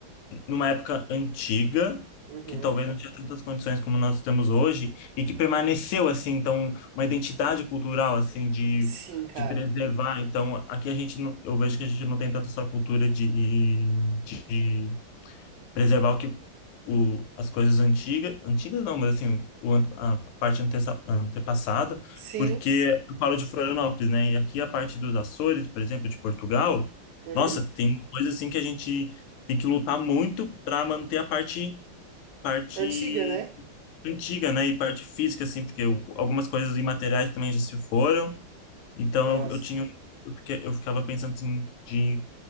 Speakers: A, on the left; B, on the right.
A: e numa época antiga,
B: Uhum.
A: que talvez não tinha tantas condições como nós temos hoje, e que permaneceu, assim, então, uma identidade cultural, assim, de,
B: Sim, cara.
A: de preservar. Então, aqui a gente, não, eu vejo que a gente não tem tanto essa cultura de, de preservar o que o, as coisas antigas, antigas não, mas assim, o, an- a parte antessa- antepassada,
B: Sim.
A: porque eu falo de Florianópolis, né? E aqui a parte dos Açores, por exemplo, de Portugal,
B: Uhum.
A: nossa, tem coisa assim que a gente tem que lutar muito para manter a parte parte
B: Antiga, né?
A: antiga, né? E parte física, assim, porque eu- algumas coisas imateriais também já se foram. Então
B: Nossa.
A: eu, eu tinha, um, eu, fiquei- eu ficava pensando assim, de